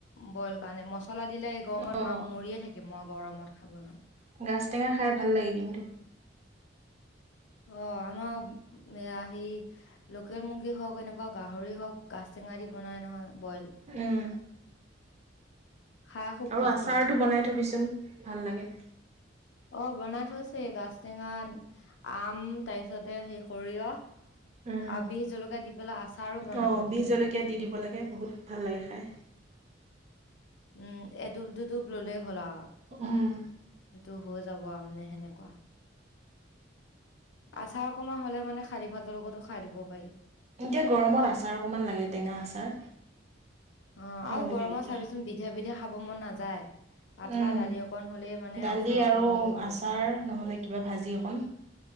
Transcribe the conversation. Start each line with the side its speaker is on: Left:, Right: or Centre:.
Left: বইল কাৰণে মছলা দিলে গৰমত
Right: অ
Left: ম মৰিয়ে থাকি মই গৰমত খাব নোৱাৰো।
Right: গাছ টেঙা খাই ভাল লাগে কিন্তু।
Left: অ আমাৰ এ স লোকেল মুৰ্গী হওক এনেকুৱা গাহৰি হওক গাজ টেঙা দি বনাই নহয়। বইল
Right: উম
Left: খাই খুব
Right: আৰু
Left: টেষ্টি
Right: আচাৰতটো
Left: লাগে।
Right: বনাই থবিচোন ভাল লাগে।
Left: অ বনাই থৈছে গাজটেঙা আম তাৰপিছতে সেই সৰিয়হ হয়
Right: উম
Left: আৰু বিষ জলকীয়া দি পেলাই আচাৰো বনাই
Right: অ
Left: থৈ দিছে।
Right: বি জলকীয়া দি দিব লাগে বহুত ভাল লাগে খাই
Left: উম এটোপ -দুটোপ ললেই হ'লা
Right: উম।
Left: টো হৈ যাব আৰু মানে সেনেকুৱা। আচাৰকমা হ'লে মানে শালি ভাতৰ লগতো খাই দিব পাৰি
Right: এতিয়া গৰমত আচাৰ অকমান লাগে টেঙা আচাৰ
Left: অহ
Right: ভাল
Left: আৰু
Right: লাগে
Left: গৰমত
Right: তেতিয়া
Left: চাবিচোন বিধে বিধে খাব মন নাযায় পাতলা
Right: উম
Left: দালি অকণ হলেই মানে
Right: দালি
Left: আচাৰ অকণ
Right: আৰু
Left: হলেই হৈ
Right: আচাৰ
Left: যায়
Right: নহ'লে কিবা ভাজি অকণ